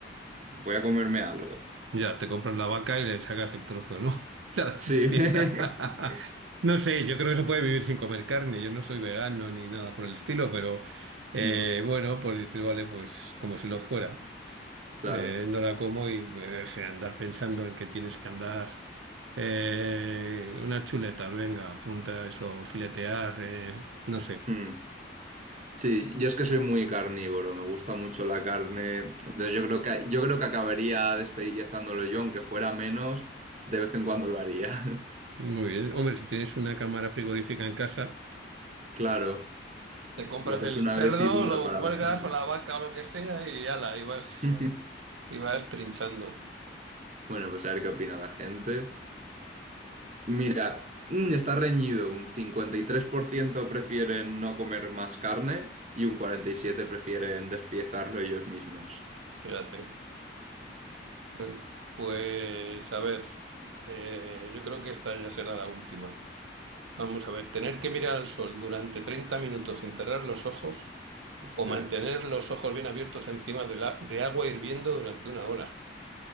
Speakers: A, on the right (about 40°); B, on the right (about 90°).
A: voy a comerme algo.
B: Ya, te compras la vaca y le sacas el trozo, ¿no? <laughs> La
A: Sí. <laughs>
B: pieza. No sé, yo creo que se puede vivir sin comer carne. Yo no soy vegano ni nada por el estilo, pero eh,
A: Mm,
B: bueno, pues dices, vale, pues como si lo fuera.
A: claro.
B: Eh, no la como y eh, andar pensando en que tienes que andar eh, unas chuletas, venga, apunta eso, filetear, eh, no sé.
A: Mm. Sí, yo es que soy muy carnívoro, me gusta mucho la carne, entonces yo creo que yo creo que acabaría despellezándolo yo, aunque fuera menos, de vez en cuando lo haría. <laughs>
B: Muy bien. Hombre, si tienes una cámara frigorífica en casa.
A: Claro,
B: Te compras
A: lo haces
B: el
A: una
B: cerdo,
A: vez y dura
B: lo
A: para
B: cuelgas
A: bastante.
B: o la vaca o lo que sea y ala, y vas,
A: <laughs>
B: y vas trinchando.
A: Bueno, pues a ver qué opina la gente. Mira, mm, está reñido, un 53% prefieren no comer más carne y un 47% prefieren despiezarlo ellos mismos.
B: Fíjate. Bueno, pues a ver, eh, yo creo que esta ya será la última. Vamos a ver, tener que mirar al sol durante 30 minutos sin cerrar los ojos
A: Ostras,
B: o mantener los ojos bien abiertos encima de, la- de agua hirviendo durante una hora.